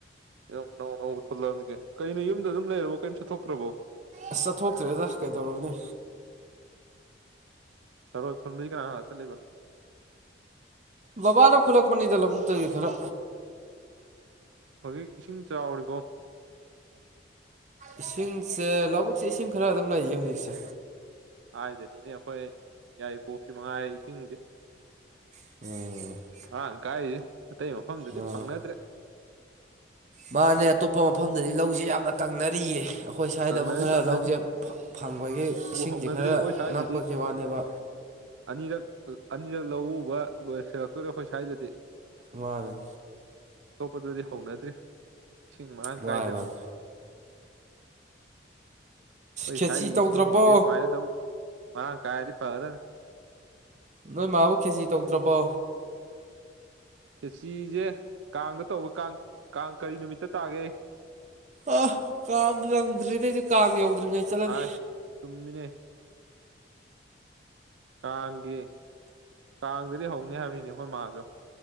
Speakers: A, on the right; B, on the right.
A: ꯂꯝ ꯑꯅꯧ ꯑꯅꯧꯕ ꯊꯣꯛꯂꯛꯑꯕꯅꯤꯒꯦ ꯀꯩꯅꯣ ꯌꯨꯝꯗ ꯑꯗꯨꯝ ꯂꯩꯔꯕꯣ ꯀꯔꯤꯝ ꯆꯠꯊꯣꯛꯇ꯭ꯔꯕꯣ
B: ꯑꯁ ꯆꯠꯊꯣꯛꯇ꯭ꯔꯦꯗ ꯀꯩꯗꯧꯔꯨꯅꯤ
A: ꯊꯔꯣꯏ ꯈꯨꯟꯕꯗꯤ ꯀꯅꯥ ꯀꯅꯥ ꯆꯠꯂꯤꯕ
B: ꯕꯕꯥꯅ ꯈꯨꯠꯂꯛꯄꯅꯤꯗ ꯂꯧꯕꯨꯛꯇꯒꯤ ꯈꯔ
A: <inaudible> ꯍꯧꯖꯤꯛ ꯏꯁꯤꯡ ꯆꯥꯎꯔꯤꯕꯣ
B: ꯏꯁꯤꯡꯁꯦ ꯂꯧꯕꯨꯛꯁꯦ ꯏꯁꯤꯡ ꯈꯔ ꯑꯗꯨꯝ ꯂꯩꯌꯦ ꯍꯧꯖꯤꯛꯁꯦ
A: ꯁꯋꯥꯗꯗꯤꯅꯦ ꯑꯩꯈꯣꯏ ꯌꯥꯏ ꯄꯣꯞꯁꯤ ꯃꯉꯥꯏ ꯏꯁꯤꯡꯁꯦ
B: <inaudible>
A: ꯃꯔꯥꯡ ꯀꯥꯏꯖꯦ ꯑꯇꯩ ꯃꯐꯝꯗꯗꯤ
B: ꯑꯥ
A: ꯐꯪꯅꯗ꯭ꯔꯦ
B: ꯃꯥꯅꯦ ꯑꯇꯣꯞꯄ ꯃꯐꯝꯗꯗꯤ ꯂꯧꯁꯦ ꯌꯥꯝꯅ ꯀꯪꯅꯔꯤꯌꯦ ꯑꯩꯈꯣꯏ ꯁ꯭ꯋꯥꯏꯗꯕꯨ
A: ꯀꯪꯅꯔꯤ
B: ꯈꯔ
A: ꯀꯪꯅꯔꯤ
B: ꯂꯧꯁꯦ ꯐꯪꯕꯒꯤ ꯏꯁꯤꯡꯁꯦ
A: ꯍꯧꯅꯗ꯭ꯔꯤ
B: ꯈꯔ
A: ꯑꯩꯈꯣꯏ ꯁ꯭ꯋꯥꯏꯗꯗꯤ
B: ꯅꯛꯄꯒꯤ ꯋꯥꯅꯦꯕ
A: ꯑꯅꯤꯔꯛ ꯑꯅꯤꯔꯛ ꯂꯧꯎꯕ ꯂꯣꯏꯁꯤꯜꯂꯛꯇꯣꯏꯔꯦ ꯑꯩꯈꯣꯏ ꯁ꯭ꯋꯥꯏꯗꯗꯤ
B: ꯃꯥꯅꯦ
A: ꯑꯇꯣꯞꯄꯗꯗꯤ ꯍꯧꯅꯗ꯭ꯔꯤ ꯏꯁꯤꯡ ꯃꯔꯥꯡ
B: ꯃꯥꯅꯦ
A: ꯀꯥꯏꯗꯕꯅꯤꯅ
B: ꯃꯥꯅꯦ
A: ꯑꯩꯈꯣꯏ
B: ꯈꯦꯆꯤ
A: ꯁꯥꯏꯒꯤ
B: ꯇꯧꯗ꯭ꯔꯕꯣ
A: ꯏꯁꯤꯡꯁꯤꯗꯤ ꯁꯨꯃꯥꯏꯅ ꯑꯗꯨꯝ ꯃꯔꯥꯡ ꯀꯥꯏꯔꯗꯤ ꯐꯒꯗꯝꯅꯤ
B: ꯅꯣꯏ ꯃꯥꯕꯨ ꯈꯦꯆꯤ ꯇꯧꯗ꯭ꯔꯕꯣ
A: ꯈꯦꯆꯤꯖꯦ ꯀꯥꯡꯗ ꯇꯧꯋ ꯀꯥꯡ ꯀꯥꯡ ꯀꯔꯤ ꯅꯨꯃꯤꯠꯇ ꯇꯥꯒꯦ
B: ꯑ ꯀꯥꯡ ꯉꯪꯗ꯭ꯔꯤ ꯅꯩꯗꯤ ꯀꯥꯡ ꯌꯧꯗ꯭ꯔꯤꯉꯩ ꯆꯠꯂꯅꯤ
A: ꯍ ꯆꯨꯝꯃꯤꯅꯦ ꯀꯥꯡꯒꯤ ꯀꯥꯡꯗꯗꯤ ꯍꯧꯅꯤ ꯍꯥꯏꯕꯅꯤꯅꯦ ꯑꯩꯈꯣꯏ ꯃꯥꯗꯣ